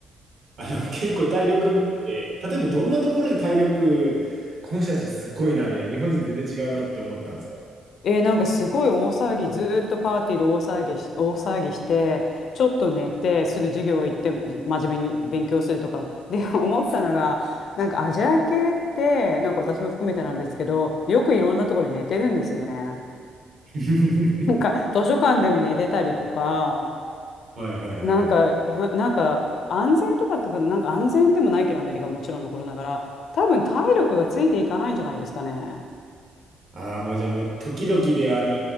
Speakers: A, on the right (about 55°); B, on the left (about 65°).
A: あの、結構体力面で、例えばどんなところで体力、この人たちすっごいな、みたいな、日本人全然違うなって思ったんですか
B: えー、なんかすごい大騒ぎ、ずーっとパーティーで大騒ぎし、大騒ぎして、ちょっと寝て、すぐ授業行って、真面目に勉強するとか。で、<laughs> 思ったのが、なんかアジア系って、なんか私も含めてなんですけど、よくいろんなところで寝てるんですよね。<laughs>
A: <laughs>
B: なんか図書館でも寝てたりとか、
A: はいはいはい。
B: なんか、はなんか安全とかってこと、なんか安全でもないけど、アメリカはもちろんのことながら、多分体力がついていかないんじゃないですかね。
A: ああ、もうじゃあもう時々であの、